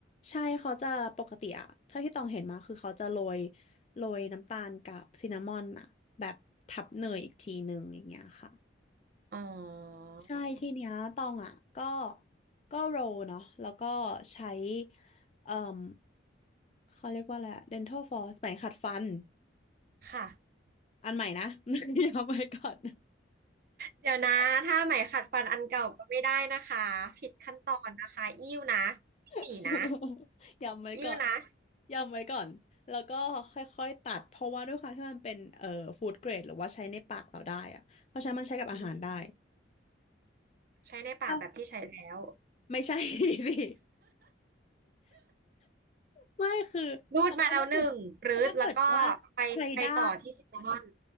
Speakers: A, on the left; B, on the right.
A: ใช่เขาจะปกติอะถ้าที่ตองเห็นมาคือเขาจะโรยโรยน้ำตาลกับซินนามอนอะแบบทับเนยอีกทีหนึ่งอย่างเงี้ยค่ะ
B: อ๋อ
A: ใช่ทีเนี้ยตองอะก็ก็โรลเนาะแล้วก็ใช้เอ่มเขาเรียกว่าอะไรอะ dental floss ไหมขัดฟัน
B: ค่ะ
A: อันใหม่นะ <laughs> เดี๋ยวเอาไปก่อน
B: เดี๋ยวนะ ถ้าไหมขัดฟันอันเก่าก็ไม่ได้นะคะ ผิดขั้นตอนนะคะอิ้วนะอิ้วหนีนะ
A: <laughs> ยำไว้ก่อน
B: อิ้วนะ
A: ยำไว้ก่อนแล้วก็ค่อยๆตัดเพราะว่าด้วยความที่มันเป็นเอ่อฟู้ดเกรดหรือว่าใช้ในปากเราได้อะเพราะฉะนั้นมันใช้กับอาหารได้
B: อืมใช้ในปากแบบที่ใช้แล้ว
A: <laughs> ค่ะไม่ใช่ <laughs> สิไม่คือเพราะว่าถ้าเกิด
B: รูดมาแล้วหนึ่งปรื๊ดแล้วก็
A: ถ้าเกิดว่าใช้ได้
B: ไปไปต่อที่ซินนามอน